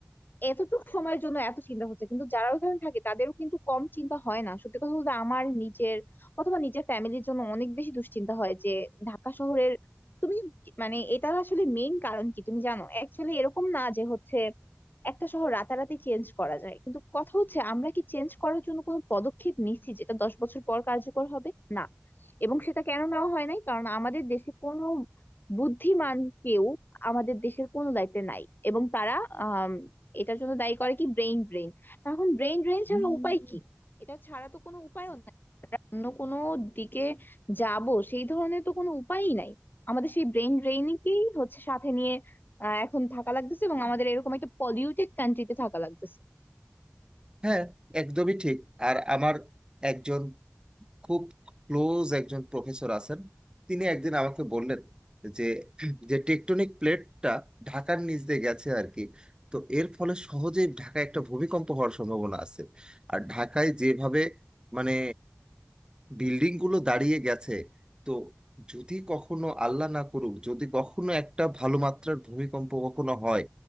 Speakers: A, on the left; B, on the right.
A: এতটুকু সময়ের জন্য এত চিন্তা হচ্ছে কিন্তু যারা ওখানে থাকে তাদেরও কিন্তু কম চিন্তা হয় না সত্যি কথা বলতে আমার নিজের অথবা নিজের ফ্যামিলির জন্য অনেক বেশি দুশ্চিন্তা হয় যে ঢাকা শহরের তুমি মানে এটার আসলে মেইন কারণ কি তুমি জানো অ্যাকচুয়ালি এরকম না যে হচ্ছে একটা শহর রাতারাতি চেঞ্জ করা যায় কিন্তু কথা হচ্ছে আমরা কি চেঞ্জ করার জন্য কোনো পদক্ষেপ নিচ্ছি যেটা দশ বছর পর কার্যকর হবে না এবং সেটা কেন নেওয়া হয় নাই কারণ আমাদের দেশে কোনো বুদ্ধিমান কেউ আমাদের দেশের কোনো দায়িত্বে নাই এবং তারা আহ এটার জন্য দায়ী করে কি ব্রেইন ড্রেন এখন ব্রেইন ড্রেন ছাড়া হুম উপায় কি হুম এটা ছাড়া তো কোনো উপায়ও নাই অন্য কোনো দিকে যাব সেই ধরনের তো কোনো উপায়ই নাই আমাদের সেই ব্রেইন ড্রেইনকেই হচ্ছে সাথে নিয়ে আহ, এখন থাকা লাগতেছে এবং আমাদের এরকম একটা পলিউটেড কান্ট্রিতে থাকা লাগতেছে
B: হ্যাঁ একদমই ঠিক আর আমার একজন খুব ক্লোজ একজন প্রফেসর আছেন তিনি একদিন আমাকে বললেন যে যে টেকটনিক প্লেটটা ঢাকার নিচ দিয়ে গেছে আর কি তো এর ফলে সহজেই ঢাকায় একটা ভূমিকম্প হওয়ার সম্ভাবনা আছে আর ঢাকায় যেভাবে মানে বিল্ডিং গুলো দাঁড়িয়ে গেছে তো যদি কখনো আল্লাহ না করুক যদি কখনো একটা ভালো মাত্রার ভূমিকম্প কখনো হয়